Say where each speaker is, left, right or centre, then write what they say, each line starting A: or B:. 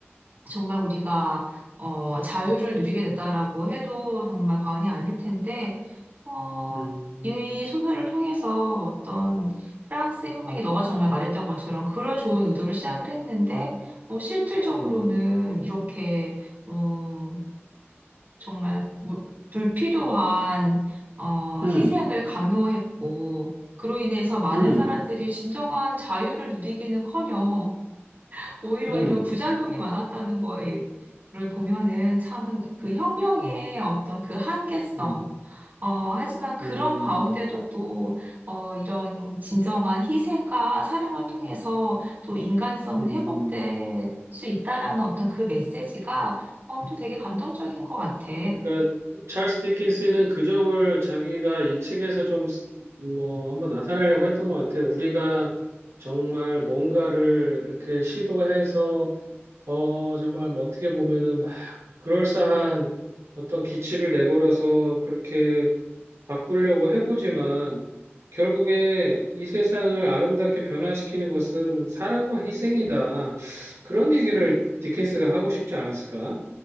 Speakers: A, on the right; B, on the right.
A: 정말 우리가 어, 자유를 누리게 됐다라고 해도 정말 과언이 아닐 텐데 어,
B: 음,
A: 이 소설을 통해서 어떤 프랑스의 호명이 너가 정말 말했던 것처럼 그런 좋은 의도로 시작을 했는데 어, 실질적으로는
B: 음,
A: 이렇게 어, 정말 무- 불필요한 어,
B: 음,
A: 희생을 강요했고 그로 인해서 많은
B: 음,
A: 사람들이
B: 음,
A: 진정한 자유를 누리기는커녕 오히려
B: 음,
A: 이런 부작용이 많았다는 거를 보면은 참 그 혁명의 어떤 그 한계성.
B: 음,
A: 어, 하지만 그런
B: 음,
A: 가운데도 또, 어, 이런 진정한 희생과 사랑을 통해서 또 인간성
B: 음.
A: 회복될 수 있다라는 어떤 그 메시지가, 어, 또 되게 감동적인 것 같아.
B: 그러니까 찰스 디킨스는 그 점을 자기가 이 책에서 좀 뭐 한번 나타내려고 했던 것 같아요. 우리가 정말 뭔가를 이렇게 시도해서 어 정말 뭐 어떻게 보면은 막 그럴싸한 어떤 기치를 내걸어서 그렇게 바꾸려고 해보지만 결국에 이 세상을 아름답게 변화시키는 것은 사랑과 희생이다. 그런 얘기를 디킨스가 하고 싶지 않았을까?